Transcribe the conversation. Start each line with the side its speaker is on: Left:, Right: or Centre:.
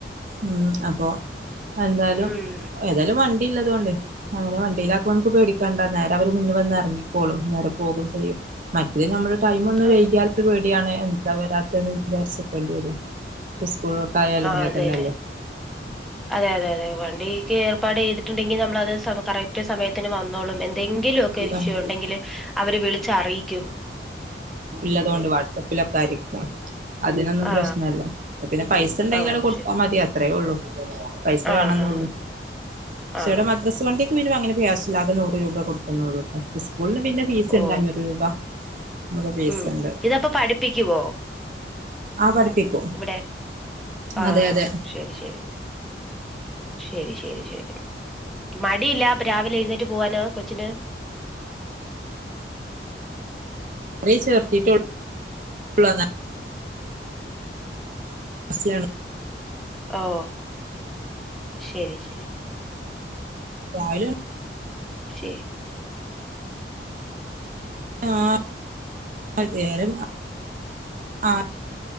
Right: ഉം അപ്പൊ എന്തായാലും
Centre: ഉം
Right: ഏതായാലും വണ്ടില്ല ണ്ട് അങ്ങനെ വണ്ടിയിലാക്കുമ്പോ നമുക്ക് പേടിക്കണ്ട നേരം അവര് മുന്ന വന്ന് ഇറങ്ങിക്കോളും നേരെ പോകും ചെയ്യും മറ്റത് നമ്മൾ ടൈം ഒന്ന്
Centre: ആ
Right: വൈകിയാല് പേടിയാണ് എന്താ വരാത്തെന്ന് വിചാരിച്ച്ക്കേണ്ടി വരും കൂളിലോട്ടായാലും
Centre: ആ
Right: അങ്ങനെ
Centre: അതെന്നെ
Right: തന്നെല്ലേ.
Centre: അതെ അതെ അതെ വണ്ടീക്ക് ഏർപ്പാട് ചെയ്തിട്ടുണ്ടെങ്കിൽ നമ്മളത് കറക്റ്റ് സമയത്ത് ത്തിന് വന്നോളും. എന്തെങ്കിൽ ഒക്കെ ഇഷ്യ
Right: ആഹ്
Centre: ഉണ്ടെങ്കില് അവര് വിളിച്ചറിയിക്കും.
Right: ണ്ട് അതോണ്ട് വാട്സപ്പിലൊക്കെ ആയ് അതിനൊന്നും
Centre: ആ
Right: പ്രശ്നല്ല. പിന്നെ പൈസ ഉണ്ടെങ്കിൽ
Centre: ഓ
Right: അവിടെ കൊടുത്താൽ
Centre: ശരി
Right: മതി അത്രയേ ഉള്ളൂ. പൈസ
Centre: ആ
Right: വേണന്നൊള്ളൂ.
Centre: ആ
Right: പക്ഷെ
Centre: ആ
Right: ഇവിടെ മദ്രസ് വണ്ടിയ്ക്ക് പിന്നെ അങ്ങനെ <unintelligible> രൂപ കൊടുക്കുന്നുള്ളൂ ട്ടോ. സ്കൂളിന് പിന്നെ ഫീസ്
Centre: ഓ
Right: ഇണ്ട് അഞ്ഞൂറ് രൂപ. നമുക്ക് ഫീസ്
Centre: ഉം
Right: ഉണ്ട്
Centre: ഇതപ്പൊ പഠിപ്പിയ്ക്കുവോ?
Right: ആ പഠിപ്പിക്കും
Centre: ഇവിടെ. ആഹ്
Right: അതെ അതെ
Centre: ശരി ശരി. ശരി ശരി ശരി മാ ണ്ടില്ല അപ്പൊ രാവിലെ എഴുന്നേറ്റ് പോവാനോ കൊച്ചിന്റെ
Right: <unintelligible> ചേർത്തിട്ടോള്- <unintelligible>
Centre: ഓഹ് ശരി ശരി-
Right: രാവിലെ -
Centre: ശരി-
Right: ആഹ് <unintelligible> ആഹ് -